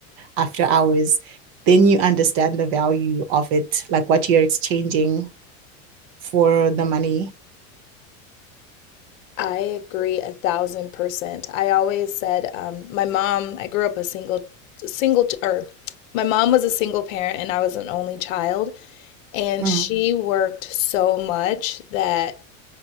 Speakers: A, on the right; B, on the left.
A: after hours, then you understand the value of it, like what you're exchanging for the money.
B: I agree a thousand percent. I always said, um, my mom, I grew up a single, single, or my mom was a single parent and I was an only child. And
A: Mm,
B: she worked so much that